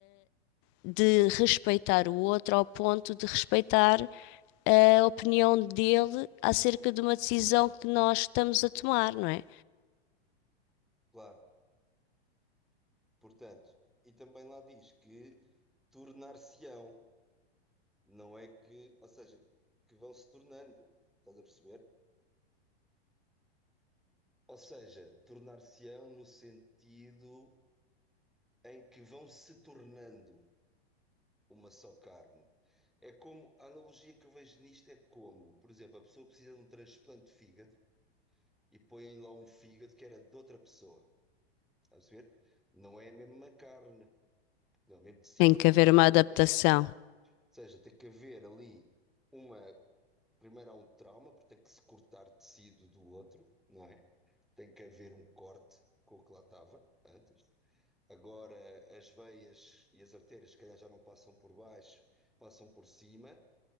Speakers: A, on the left; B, in the centre.
A: de respeitar o outro ao ponto de respeitar a opinião dele acerca de uma decisão que nós estamos a tomar, não é?
B: Claro. Portanto, e também lá diz que tornar-se-ão, não é que, ou seja, que vão se tornando, estás a perceber? Ou seja, tornar-se-ão no sentido em que vão se tornando uma só carne. É como, a analogia que eu vejo nisto é como, por exemplo, a pessoa precisa de um transplante de fígado e põem lá um fígado que era de outra pessoa, estás a perceber? Não é a mesma carne, não é o mesmo tecido,
A: Tem que haver
B: não
A: uma adaptação.
B: é. Ou seja, tem que haver ali uma Primeiro há um trauma, porque tem que se cortar tecido do outro, não é? Tem que haver um corte com o que lá estava antes. Agora as veias e as artérias, se calhar, já não passam por baixo, passam por cima.